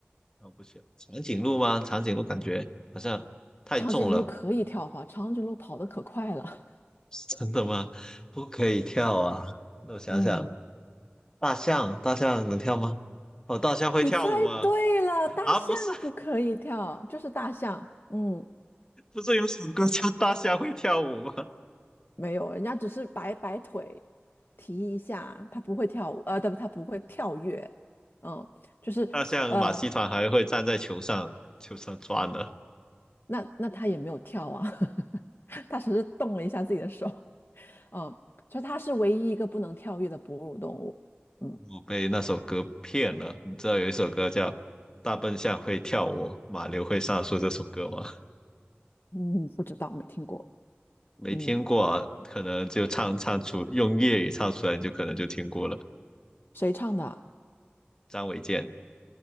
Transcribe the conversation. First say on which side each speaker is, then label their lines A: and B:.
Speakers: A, on the left; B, on the left.
A: 啊、不行，长颈鹿吗？长颈鹿感觉好像太重了，
B: 长颈鹿可以跳吧？长颈鹿跑得可快了。
A: <laughs> 真的吗？不可以跳啊！那我想想，
B: <laughs> 嗯，
A: 大象，大象能跳吗？哦，大象会跳舞啊！
B: 你猜对了，大象不可以跳，
A: 啊，不是，
B: 就是大象。嗯，
A: 不是有首歌叫《大象会跳舞》吗？
B: 没有，人家只是摆摆腿，提一下，它不会跳舞，呃，对不，它不会跳跃。嗯，就是呃，
A: 大象马戏团还会站在球上，球上转呢。
B: 那那它也没有跳啊，<laughs> 它只是动了一下自己的手。嗯，就它是唯一一个不能跳跃的哺乳动物。嗯
A: 我被那首歌骗了，你知道有一首歌叫《大笨象会跳舞，马骝会上树》这首歌吗？
B: 嗯，不知道，没听过。
A: 没听过，
B: 嗯，
A: 可能就唱唱出用粤语唱出来，你就可能就听过了。
B: 谁唱的啊？
A: 张卫健